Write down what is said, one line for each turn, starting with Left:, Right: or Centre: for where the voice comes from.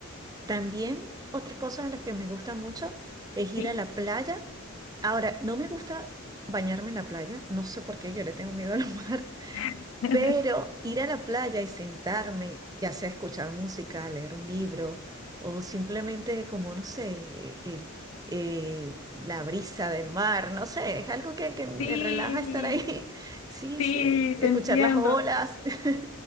Right: También otra cosa de las que me gusta mucho es ir
Left: Sí.
Right: a la playa. Ahora, no me gusta bañarme en la playa, no sé por qué, yo le tengo miedo al mar,
Left: <laughs>
Right: pero ir a la playa y sentarme, ya sea a escuchar música, a leer un libro o simplemente como, no sé, el- eh, la brisa del mar, no sé, es algo que, que me
Left: Sí,
Right: relaja estar ahí. <laughs> Sí,
Left: sí,
Right: sí, escuchar
Left: te entiendo,
Right: las olas. <laughs>